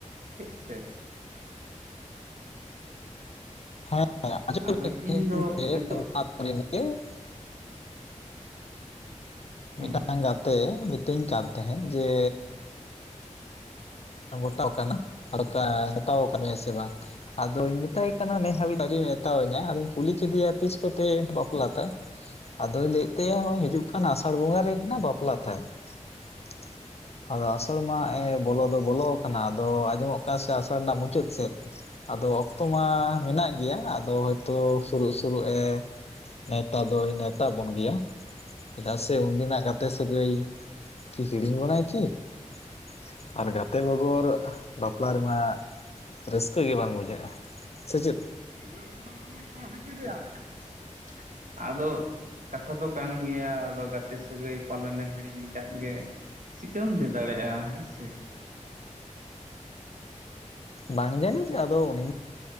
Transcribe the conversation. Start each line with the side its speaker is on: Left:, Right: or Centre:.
Right: ᱴᱷᱤᱠ ᱥᱮ।
Left: <inaudible>
Right: ᱟᱫᱚ ᱤᱧ ᱫᱚ ᱱᱤᱛᱚᱜ ᱦᱩᱸ
Left: ᱢᱤᱫᱴᱟᱝ ᱜᱟᱛᱮ ᱢᱤᱛᱟᱹᱧ ᱠᱟᱱ ᱛᱟᱦᱮᱸᱫ ᱡᱮᱻ ᱜᱚᱴᱟ ᱠᱟᱱᱟ ᱟᱨ ᱢᱮᱛᱟᱣ ᱟᱠᱟᱫ ᱢᱮᱭᱟ ᱥᱮ ᱵᱟᱝ ᱾ ᱟᱫᱚᱧ ᱢᱮᱛᱟᱭ ᱠᱟᱱᱟ ᱱᱮ ᱦᱟᱹᱵᱤᱡ ᱟᱣᱨᱤ ᱢᱮᱛᱟᱣᱟᱹᱧᱟ ᱟᱫᱚᱧ ᱠᱩᱞᱤ ᱠᱮᱫᱮᱭᱟ ᱛᱤᱥ ᱠᱚᱛᱮ ᱵᱟᱯᱞᱟ ᱛᱟᱭ ᱾ ᱟᱫᱚᱭ ᱞᱟᱹᱭᱮᱫ ᱛᱟᱭᱟ ᱱᱚᱜ ᱚᱭ ᱦᱤᱡᱩᱜ ᱠᱟᱱ ᱟᱥᱟᱲ ᱵᱚᱸᱜᱟ ᱨᱮᱜᱮ ᱦᱟᱜ ᱵᱟᱯᱞᱟ ᱛᱟᱭ ᱾ ᱟᱫᱚ ᱟᱥᱟᱲ ᱢᱟ ᱮᱸ ᱵᱚᱞᱚ ᱫᱚ ᱵᱚᱞᱚ ᱟᱠᱟᱱᱟ ᱟᱫᱚ ᱟᱸᱡᱚᱢᱚᱜ ᱠᱟᱱᱟ ᱥᱮ ᱟᱥᱟᱲ ᱨᱮᱱᱟᱜ ᱢᱩᱪᱟᱹᱫ ᱥᱮᱫ ᱾ ᱟᱫᱚ ᱚᱠᱛᱚ ᱢᱟ ᱢᱮᱱᱟᱜ ᱜᱮᱭᱟ ᱟᱫᱚ ᱦᱚᱭᱛᱚ ᱥᱩᱨᱩᱜ ᱥᱩᱨᱩᱜ ᱮ ᱱᱮᱣᱛᱟ ᱫᱚᱭ ᱱᱮᱣᱛᱟ ᱵᱚᱱ ᱜᱮᱭᱟ ᱾ ᱪᱮᱫᱟᱜ ᱥᱮ ᱩᱱᱫᱤᱱᱟᱜ ᱜᱟᱛᱮ ᱥᱟᱹᱜᱟᱹᱭ ᱠᱤ ᱦᱤᱲᱤᱧ ᱵᱚᱱᱟᱭ ᱠᱤ, <unintelligible> ᱜᱟᱛᱮ ᱵᱮᱜᱚᱨ ᱵᱟᱯᱞᱟ ᱨᱮᱢᱟ ᱨᱟᱹᱥᱠᱟᱹ ᱜᱮ ᱵᱟᱝ ᱵᱩᱡᱷᱟᱹᱜᱼᱟ, ᱥᱮᱪᱮᱫ?
Right: <unintelligible> ᱟᱫᱚ ᱠᱟᱛᱷᱟ ᱫᱚ ᱠᱟᱱ ᱜᱮᱭᱟ ᱟᱫᱚ ᱜᱟᱛᱮ ᱥᱟᱹᱜᱟᱹᱭ ᱯᱟᱞᱮᱱᱮ ᱦᱤᱲᱤᱧ ᱠᱟᱫ ᱜᱮ ᱾ ᱪᱤᱠᱟᱹᱢ ᱞᱟᱹᱭ ᱫᱟᱲᱮᱭᱟᱜᱼᱟ ᱦᱮᱸ ᱥᱮ,
Left: ᱵᱟᱝ ᱡᱟᱹᱱᱤᱡ ᱟᱫᱚ ᱩᱱᱤ